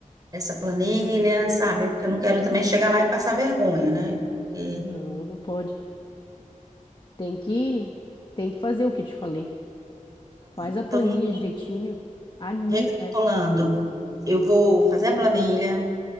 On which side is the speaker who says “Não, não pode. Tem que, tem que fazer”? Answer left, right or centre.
Left